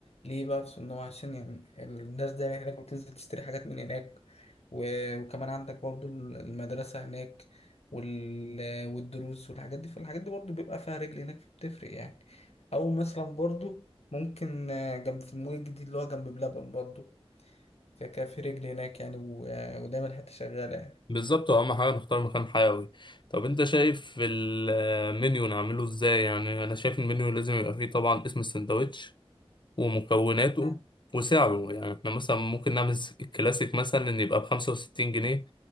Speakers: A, on the left (about 85°); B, on the left (about 50°).
A: ليه بقى في صدنه عشان يعني الناس دايما هناك بتنزل تشتري حاجات من هناك و- وكمان عندك برضو المدرسه هناك وال... والدروس والحاجات دي فالحاجات دي برضو بيبقى فيها رجل هناك فبتفرق يعني او مثلا برضو ممكن آه، جنب في المول الجديد اللي هو جنب بلبن برضو فكان في رجل هناك يعني و... آه، ودايما الحته شغاله يعني
B: بالظبط واهم حاجه نختار مكان حيوي طب انت شايف المنيو نعمله ازاي يعني انا شايف المنيو لازم يبقى فيه طبعا اسم السندوتش ومكوناته
A: مم.
B: وسعره يعني احنا مثلا ممكن نعمل س- الكلاسيك مثلا ان يبقى بخمسة وستين جنيه